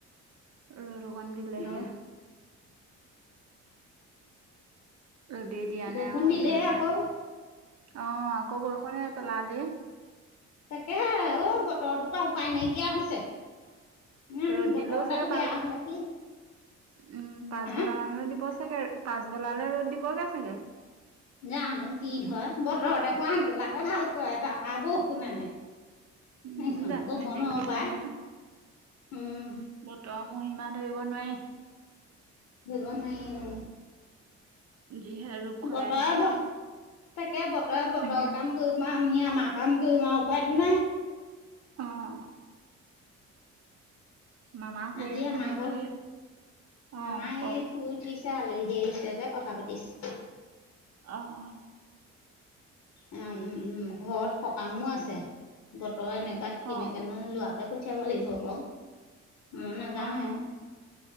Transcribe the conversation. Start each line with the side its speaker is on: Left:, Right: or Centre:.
Right: ৰ'দ অকন দিলেহে।
Left: অ
Right: ৰ'দেই দিয়া
Left: বৰষুণ
Right: নাই অ',
Left: দিলেই
Right: এতিয়ালৈকে
Left: আকৌ
Right: অ', আকৌ বৰষুণ সেইয়া পেলালেই।
Left: তাকে অ', বতৰটোৰ পৰা উপায় নাইকিয়া হৈছে। ইমান
Right: ৰ'দ
Left: বতৰডাল
Right: দিলেও চাগে
Left: বেয়া
Right: পা-উম,
Left: হলে কি
Right: পাছবেলা
Left: হা
Right: মানলৈ দিব চাগে পাছবেলালে ৰ'দ দিবগে চাগে।
Left: জানো কি হয়, বতৰ দেখোন আগবিলাতে ভাল কৰে, তাপা বৰষুণ আনে। সেইখন
Right: উম, জানো
Left: ক'ব
Right: এতিয়া
Left: নোৱাৰোঁ
Right: কি
Left: পাই।
Right: নহয়
Left: উম
Right: বতৰৰ মহীমা ধৰিব নোৱাৰি।
Left: ধৰিব নোৱাৰি উম।
Right: যিহে ৰূপ সলাই
Left: বতৰে
Right: থাকে।
Left: ব-তাকে বতৰে, বতৰ
Right: উম।
Left: কাম কৰিব আমি আমাৰ কাম কৰিম আৰু উপায়তো নাই।
Right: অ'। মামাও শুই
Left: আজি
Right: আছে
Left: আমাৰ
Right: নে
Left: ঘৰ
Right: কি?
Left: মামাই
Right: অ', কওক
Left: শুই উঠিছে আলহী আহিছে যে কথা পাতিছে।
Right: অ'।
Left: উ, উম, ঘৰত সকামো আছে ত এনেকুৱাত কেনেকে
Right: অ', অ',
Left: নহয় লৰাকে পঠিয়াব লাগিব বাৰু মই নাযাওঁ
Right: অ',
Left: হে।